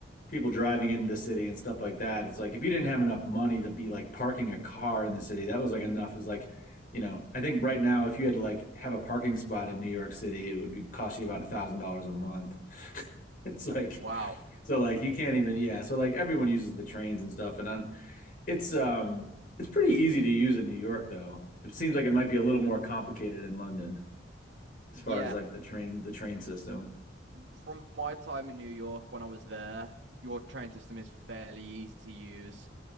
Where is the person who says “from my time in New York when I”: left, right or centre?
Right